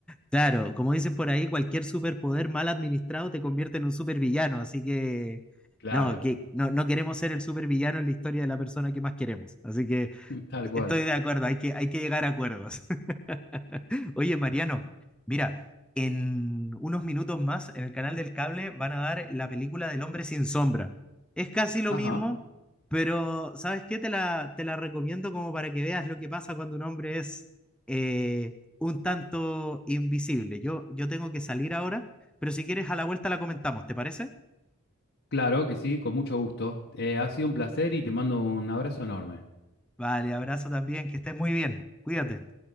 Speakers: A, in the centre; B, on the left.
A: claro, como dicen por ahí, cualquier superpoder mal administrado te convierte en un supervillano, así que...
B: Claro,
A: No, que no, no queremos ser el supervillano en la historia de la persona que más queremos. Así que
B: <laughs> tal cual.
A: Estoy de acuerdo, hay que, hay que llegar a acuerdos. <laughs> Oye, Mariano, mira, en unos minutos más en el canal del cable van a dar la película del hombre sin sombra. Es casi lo
B: Ajá,
A: mismo, pero ¿sabes qué? Te la, te la recomiendo como para que veas lo que pasa cuando un hombre es eh, un tanto invisible. Yo, yo tengo que salir ahora, pero si quieres a la vuelta la comentamos, ¿te parece?
B: claro que sí, con mucho gusto. Eh, ha sido un placer y te mando un abrazo enorme.
A: Vale, abrazo también, que estés muy bien. Cuídate.